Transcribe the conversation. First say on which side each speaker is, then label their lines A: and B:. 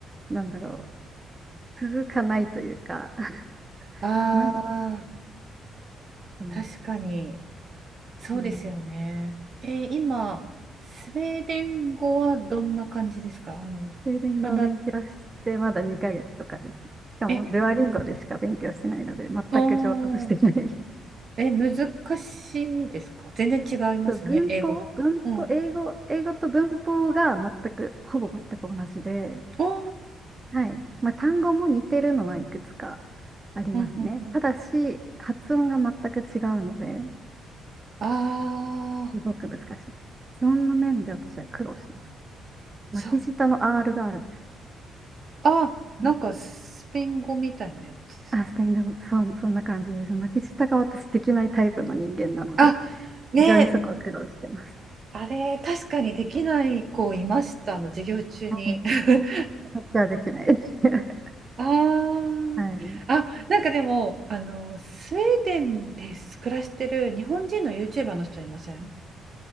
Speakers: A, on the right; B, on the right.
A: なんだろう、続かないというか、<laughs>
B: あ
A: なんだ
B: あ、
A: ろう
B: 確かに、そうですよね。
A: うん、
B: えー今、スウェーデン語はどんな感じですかあの、
A: スウェーデン語を勉強してまだ2ヶ月とかです。
B: まだ、
A: しかも、
B: え、
A: デュアリンゴでしか勉強してないので、全く上達してない。
B: おー、え、難しいですか全然違いますね、
A: そう文法、
B: 英語とか。
A: 文法、
B: うん。
A: 英語、英語と文法が全く、ほぼ全く同じで、
B: おー、
A: はい。まあ、単語も似てるのはいくつかありますね。
B: うんうんうん。
A: ただし、発音が全く違うので、
B: ああ、
A: すごく難しいです。発音の面で私は苦労してます。巻き舌の
B: そっ
A: R があるんですよ。
B: あ、
A: うん
B: なんかスペイン語みたいなやつですかね。
A: あ、スペイン語も、そう、そんな感じです。巻き舌が私できないタイプの人間なので、
B: あ、ねえ、
A: 非常にそこは苦労してます。
B: あれ、確かにできない子いました、あの授業中に。
A: はい。
B: <laughs>
A: 私はできないです。<laughs>
B: あーあ、
A: はい。
B: なんかでも、あの、スウェーデンで暮らしてる日本人の YouTuber の人いません